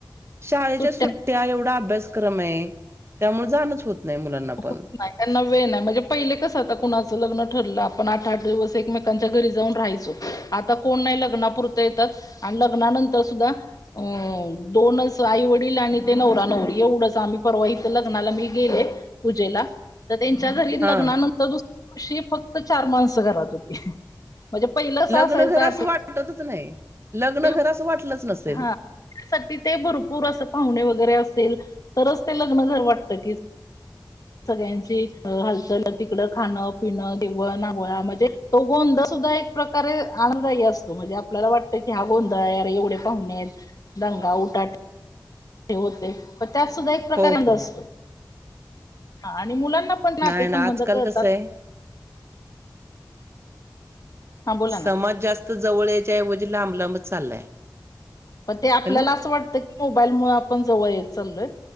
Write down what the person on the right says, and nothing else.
शाळेच्या
सु त्या एवढ अभ्यासक्रम आय त्यामुळ जाणच होत नाय मुलांना
पण.
हा
लग्न
घर
असं वाटतच नाही. लग्न
घर असं वाटलंच नसेल
हो
हो
नाही
ना आजकाल
कसं आहे.
समाज
जास्त जवळ याच्याऐवजी लांबलांब चाललाय.
हॅलो